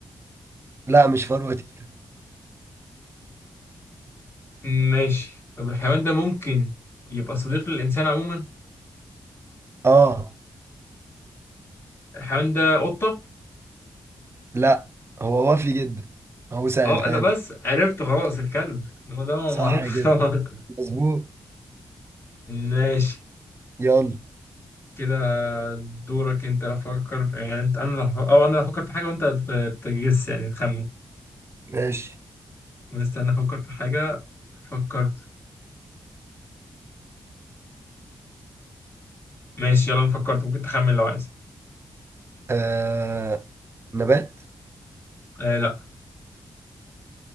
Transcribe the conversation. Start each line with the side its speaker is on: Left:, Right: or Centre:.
Right: لا مش فروة تقيلة
Left: ماشي طب الحيوان ده ممكن يبقى صديق للإنسان عموما
Right: اه
Left: الحيوان ده قطة
Right: لا هو وافي جدا هو سألتها
Left: اه لا بس
Right: لك
Left: عرفت خلاص الكلب هو ده
Right: صح
Left: معروف
Right: كده
Left: <laughs> طبعا
Right: مظبوط
Left: ماشي
Right: يلا
Left: كده دورك انت افكر يعني انت انا اللي هف- او انا اللي افكر في حاجه وانت ت- تجس يعني تخمن
Right: ماشي
Left: مستني افكر في حاجه فكرت ماشي يلا انا فكرت ممكن تخمن لو عايز
Right: آه نبات
Left: آه لا